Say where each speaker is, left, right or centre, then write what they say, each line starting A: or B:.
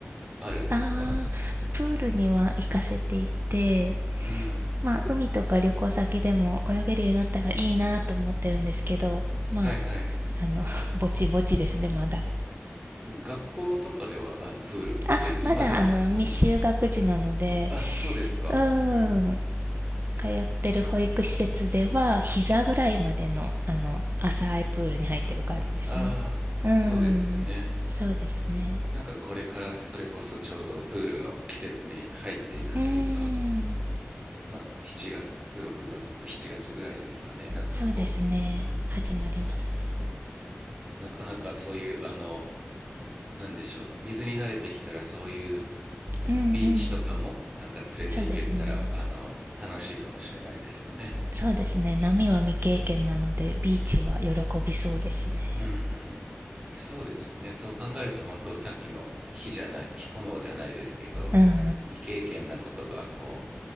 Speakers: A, on the right; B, on the right.
A: あるんですか
B: ああプールには行かせていて
A: うん。
B: まあ海とか旅行先でも泳げるようになったらいいなと思ってるんですけどまあ
A: はいはい。
B: あのぼちぼちですねまだ
A: 学校とかではあのプールって今でも、
B: あまだあの未就学児なので
A: うん、あ、そうですか。
B: うーん
A: うん。
B: 通ってる保育施設では、膝ぐらいまでの、あの、浅いプールに入ってる感じですね。
A: ああ、
B: うーん、
A: そうですよね。
B: そうですね。
A: なんかこれからそれこそちょうどプールの季節に入っていくというか、
B: うーん、
A: まあ7月、6月、7月ぐらいですかね。なんかこう、
B: そうですね。
A: うん。
B: 始まりますね。
A: なかなかそういう、あの、なんでしょう。水に慣れてきたらそういう
B: うんうん、
A: ビーチとかもなんか連れて行けたら、
B: そうですね。
A: あの、楽しいかもしれないですよね。
B: そうですね。波は未経験なので、ビーチは喜びそうですね。
A: うんそうですねそう考えると本当さっきの火じゃない炎じゃないですけど
B: うんうんうん。
A: 未経験なことがこ